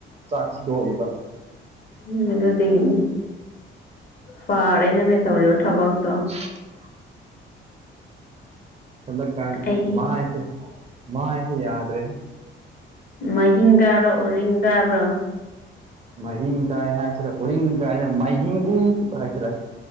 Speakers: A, on the right; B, on the left.
A: ꯆꯥꯛ ꯊꯗꯣꯛꯔꯤꯕ
B: ꯎꯝ ꯑꯗꯨꯗꯒꯤꯅꯤ ꯐꯔꯦ ꯅꯪꯅꯦ ꯇꯧꯔꯤꯕ ꯊꯕꯛꯇꯣ
A: <inaudible> ꯍꯗ ꯀ
B: ꯑꯩ
A: ꯃꯥꯁꯦ ꯃꯥ ꯑꯩꯁꯦ ꯌꯥꯗ ꯔꯦꯁꯤ
B: ꯃꯥꯍꯤꯡꯥꯕ꯭ꯔꯥ ꯎꯔꯤꯡ ꯗꯥꯕ꯭ꯔꯥ
A: ꯃꯍꯥꯏꯍꯤꯡ ꯀꯥꯏ ꯍꯥꯏꯁꯤꯔꯦ ꯎꯔꯤꯡ ꯀꯥꯏꯁꯤꯅ ꯃꯍꯥꯏꯍꯤꯡ ꯎ ꯍꯥꯏꯁꯤꯔꯦ